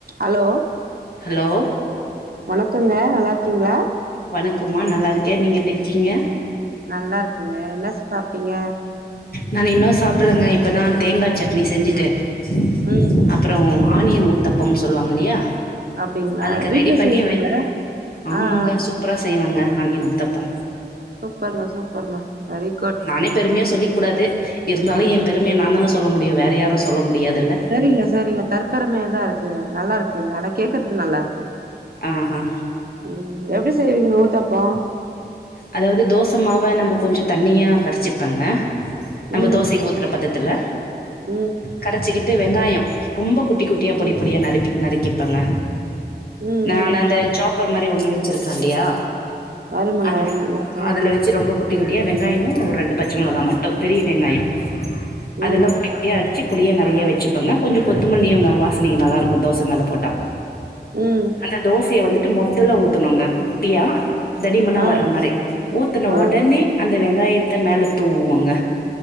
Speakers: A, on the right (about 60°); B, on the left (about 60°).
A: allow
B: hello
A: வணக்கங்க நல்லாருக்கீங்களா
B: வணக்கம்மா நல்லாருக்கேன் நீங்க எப்டிருக்கீங்க
A: நல்லாருக்குங்க என்ன சாப்ட்டீங்க
B: நானு இன்னு சாப்பல்லங்க இப்பதா தேங்கா சட்னி செஞ்சுட்டு அப்
A: ம்
B: அப்பறோ ஆனியன் ஊத்தப்பம் சொல்லுவாங்கல்லியா
A: அப்டிங்களா
B: அதுக்கு
A: வீட்ல
B: ரெடி பண்ணி
A: செய்வீங்களா
B: ஆமாங்க
A: ஆ ஆ
B: சூப்பரா செய்வங்க ஆனியன் ஊத்தப்பம்
A: சூப்பர்ங்க சூப்பர்ங்க நறை
B: நானே பெருமையா சொல்லிக்கூடாது இருந்தாலு
A: ம்
B: என் பெருமைய நான்தான சொல்ல முடியு வேற யாரு சொல்ல முடியாதுல்ல
A: சேரிங்க சேரிங்க தற்பெருமையாதாருக்கு நல்லாருக்கு ஆனா கேக்கறதுக்கு நல்லாருக்கு
B: ஆஹா
A: ம் எப்டி செய்வீங்க ஊத்தப்போ
B: அதாவது தோசமாவ நம்ம கொஞ்சோ தண்ணியா கரச்சிப்பங்க நம்ப
A: ம்
B: தோசக்கி ஊத்துற பதத்துல
A: ம்
B: கரச்சிகிட்டு வெங்காயோ ரொம்ப குட்டி குட் டியா பொடிப்பொடி
A: ம் ம்
B: நறுப்பி நறுக்கிப்பங்க
A: ம் ம்
B: நானந்த சாப்பர் மாரி ஒண்ணு வச்சிருக்கல்லியா
A: அருமங்க
B: அந்த
A: அருமங்க
B: அத
A: ஆ
B: அதுல வச்சு ரொம்ப குட்டி குட்டியா வெங்காயமும் ஒரு ரெண்டு பச்ச மொளகா மட்டு பெரிய வெங்காயோ அதல்லா
A: ம்
B: குட்டி குட்டியா அடிச்சிப் பொடியா நறையா வச்சுப்பங்க கொஞ்சோ கொத்தமல்லியுங்க வாசனகி நல்லாருக்கு தோச மேல போட்டா
A: ம்
B: அந்த தோசய வந்துட்டு மொத்தல ஊத்துனுங்க குட்டியா தடிமனா
A: ஆ
B: வ வற மாரி ஊத்துன
A: ஆ
B: ஒடனே அந்த வெங்காயத்த மேல தூவுவங்க